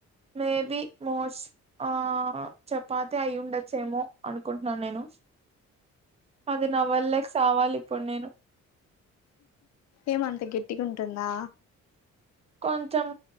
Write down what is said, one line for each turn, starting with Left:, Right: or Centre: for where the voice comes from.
Right: మేబి మోస్. ఆ చపాతి అయి ఉండచ్చేమో, అనుకుంటున్నాను నేను. అది నమాల్ లేక సావాలి ఇప్పుడ్ నేను.
Left: ఏమంత గట్టిగా ఉంటుందా.
Right: కొంచెం,